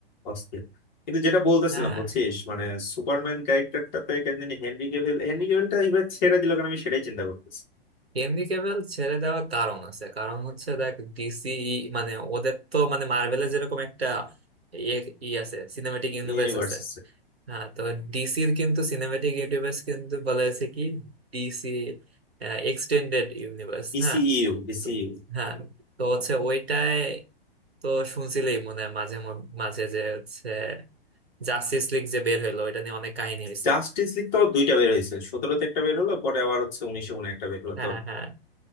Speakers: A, on the left; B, on the right.
A: অস্থির কিন্তু যেটা বলতেছিলাম
B: হ্যাঁ
A: বুঝছিস মানে সুপারম্যান ক্যারেক্টারটাতে কেন জানি হেনরি ক্যাভিল হেনরি ক্যাভিলটা এবার ছেড়ে দিল কারণ আমি সেটাই চিন্তা করতেছি
B: হেনরি ক্যাভিল ছেড়ে দেওয়ার কারণ আছে কারণ হচ্ছে দেখ ডিসি মানে ওদের তো মানে মার্ভেলের যেরকম একটা ইয়ে ই আছে সিনেম্যাটিক ইউনিভার্স
A: Universe
B: আছে হ্যাঁ তো ডিসির কিন্তু সিনেম্যাটিক ইউনিভার্স কিন্তু বলা হয়েছে কি ডিসি এক্সটেন্ডেড ইউনিভার্স
A: DCEU
B: হ্যাঁ
A: DCEU
B: তো হ্যাঁ তো হচ্ছে ওইটায় তো শুনছিলেই মনে হয় মাঝে মধ্যে- মাঝে যে হচ্ছে জাস্টিস লিগ যে বের হইলো ওইটা নিয়ে অনেক কাহিনী হয়েছে
A: justice league তো দুইটা বের হয়েছে সতেরোতে একটা বের হলো পরে আবার হচ্ছে উনিশে উনে একটা বের হলো
B: হ্যাঁ
A: তো
B: হ্যাঁ